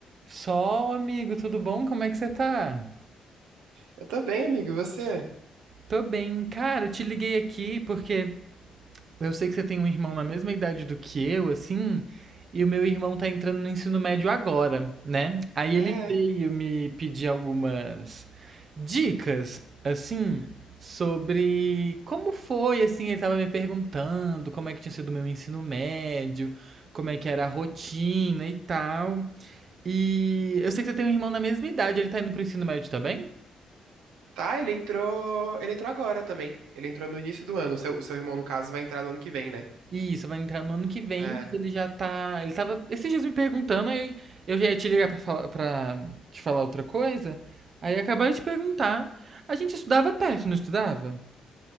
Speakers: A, on the right; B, on the right.
A: Sol, amigo, tudo bom? Como é que você tá?
B: Eu tô bem, amigo. E você?
A: Tô bem. Cara, eu te liguei aqui porque eu sei que você tem um irmão na mesma idade do que eu, assim, e o meu irmão tá entrando no ensino médio agora, né? Aí
B: É.
A: ele veio me pedir algumas dicas, assim, sobre como foi, assim, ele tava me perguntando como é que tinha sido o meu ensino médio, como é que era a rotina e tal. E eu sei que você tem um irmão na mesma idade, ele tá indo pro ensino médio também?
B: Tá, ele entrou. Ele entrou agora também. Ele entrou no início do ano. O seu, o seu irmão, no caso, vai entrar no ano que vem, né?
A: Isso, vai entrar no ano que vem,
B: É.
A: mas ele já tá. Ele tava esses dias me perguntando, aí eu já ia te ligar pra, falar, pra te falar outra coisa. Aí acabaram de perguntar. A gente estudava perto, não estudava?